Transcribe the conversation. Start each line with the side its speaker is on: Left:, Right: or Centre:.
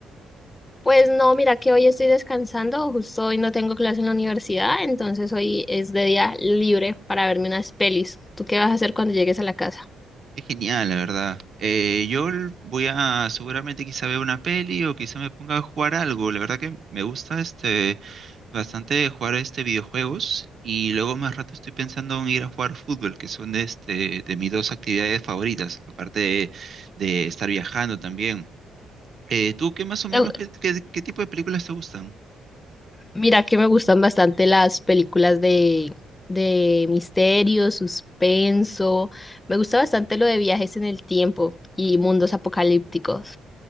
Left: Pues no, mira que hoy estoy descansando, justo hoy no tengo clase en la universidad, entonces hoy es de día libre para verme unas pelis. ¿Tú qué vas a hacer cuando llegues a la casa?
Right: Es genial, la verdad. Eh, yo l- voy a seguramente quizá vea una peli o quizá me ponga a jugar algo. La verdad que me gusta este, bastante de jugar este videojuegos y luego más rato estoy pensando en ir a jugar fútbol, que son de, este, de mis dos actividades favoritas, aparte de, de estar viajando también. Eh, ¿tú qué más o menos,
Left: Eh,
Right: qué, qué- qué tipo de películas te gustan?
Left: Mira que me gustan bastante las películas de, de misterio, suspenso, me gusta bastante lo de viajes en el tiempo y mundos apocalípticos.